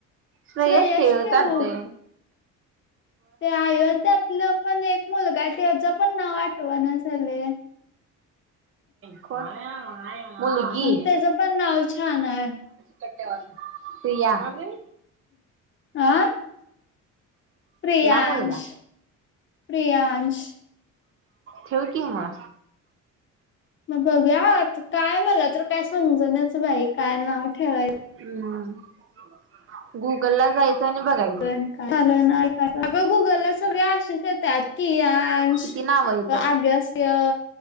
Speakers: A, on the right; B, on the left.
A: सुयश
B: श्रेयश
A: ठेव
B: ठेवू
A: चालते
B: ते अयोध्यातलं पण एक मुलगा हाय त्याचं पण नाव आठवणा झालय
A: कोण मुलगी
B: त्याच पण नाव छान आहे
A: कट प्रिया आणि
B: आं प्रियांश
A: मुलगा
B: प्रियांश
A: ठेव कि म
B: म बघूया आता काय मला तर काय समजणच बाई काय नाव ठेवायच
A: हू गुगल ला जाय च आणि बघाय
B: च आणि काय अगं गुगलला सगळे अशेच येत्यात कियांश
A: किती नाव येतात
B: आगस्य